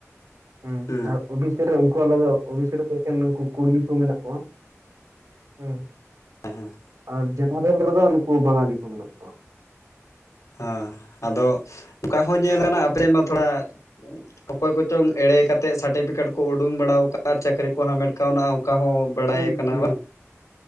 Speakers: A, on the right; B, on the left.
A: ᱦᱮᱸ
B: ᱦᱩᱸ
A: ᱟᱨ, ᱚᱵᱤ ᱥᱤ ᱨᱮ ᱩᱱᱠᱩ ᱟᱞᱟᱫᱟ ᱚᱵᱤᱥᱤ ᱨᱮᱫᱚ ᱮᱠᱮᱱ ᱩᱱᱠᱩ ᱠᱩᱲᱢᱤ ᱠᱚ ᱢᱮᱱᱟᱜ ᱠᱚᱣᱟ ᱦᱮᱸ᱾
B: ᱦᱮᱸ
A: ᱟᱨ ᱡᱮᱱᱟᱨᱮᱞ ᱨᱮᱫᱚ ᱩᱱᱠᱩ ᱵᱟᱝᱟᱜᱟᱞᱤ ᱠᱚ, ᱢᱮᱱᱟᱜ ᱠᱚᱣᱟ
B: ᱦᱮᱸ ᱟᱫᱚ ᱚᱱᱠᱟ ᱦᱚᱸ ᱧᱮᱞ ᱟᱠᱟᱱᱟ ᱟᱯᱮᱭᱟᱜ ᱢᱟ ᱛᱷᱚᱲᱟ, ᱚᱠᱚᱭ ᱠᱚᱪᱚᱝ ᱮᱲᱮ ᱠᱟᱛᱮᱫ ᱥᱟᱨᱴᱤᱯᱷᱤᱠᱮᱴ ᱠᱚ ᱩᱰᱩᱝ ᱵᱟᱲᱟ ᱟᱠᱟᱫᱼᱟ ᱪᱟᱹᱠᱨᱤ ᱠᱚ ᱦᱟᱢᱮᱴ ᱠᱟᱣᱱᱟ ᱚᱱᱠᱟ ᱦᱚᱸ ᱵᱟᱲᱟᱭ
A: ᱦᱩᱸ
B: ᱠᱟᱱᱟ
A: ᱦᱩᱸ
B: ᱵᱟᱝ,